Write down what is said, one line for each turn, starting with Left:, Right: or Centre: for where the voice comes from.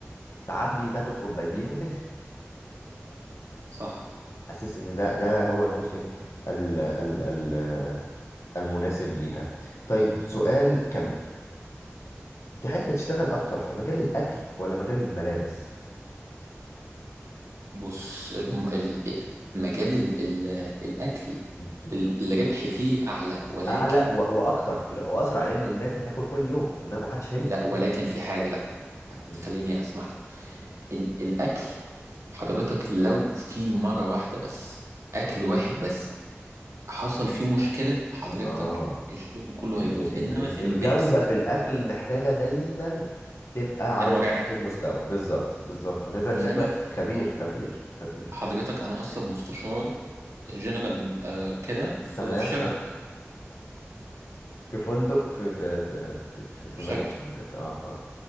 Left: تعبي تاخد كوبايتين
Right: مم.
Left: وتمشي
Right: صح
Left: حاسس ان ده ده هو الموسم ال... ال... ال... المناسب ليها طيب سؤال كمان تحب تشتغل اكتر في مجال الاكل ولا مجال الملابس
Right: بص الم... ال... مجال ال... ال... الاكل
Left: م- م.
Right: ال- الربح فيه اعلى ولكن
Left: اعلى و... واكتر لأ، واسرع لان الناس هتاكل كل يوم انما محدش هيلبس
Right: لا
Left: كل
Right: ولكن
Left: يوم
Right: في حاجه لا
Left: م.
Right: خليني اسمح لك ال... الاكل حضرتك لو في مره واحده بس اكل واحد بس حصل فيه مشكله حضرتك
Left: اه
Right: الشغل كله
Left: ال-
Right: هيبوظ
Left: ال- ال-
Right: انما
Left: ال-
Right: في اللبس
Left: الجودة في الأكل محتاجة دايما تبقى على
Right: مراجعه
Left: نفس المستوى بالظبط بالظبط حضرتك
Right: انما
Left: شكلك
Right: في...
Left: خبير
Right: اه
Left: خبير خبير
Right: حضرتك انا اصلا مستشار جنرال آه كده في
Left: تمام
Right: في شيراتون
Left: <laughs> في فندق في في في في, في في
Right: شيراتون
Left: مكان اه اه